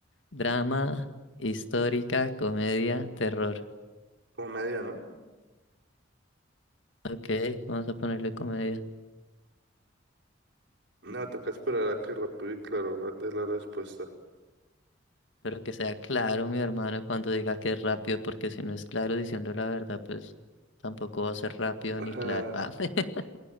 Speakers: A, on the left; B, on the right.
A: Drama, histórica, comedia, terror.
B: Como media, ¿no?
A: Ok, vamos a ponerle comedia.
B: No, toca esperar a que rápido y claro re- dé la respuesta.
A: Pero que sea claro, mi hermano, cuando diga que es rápido, porque si no es claro diciendo la verdad, pues tampoco va a ser rápido
B: Ajá.
A: ni claro. Ah, <laughs>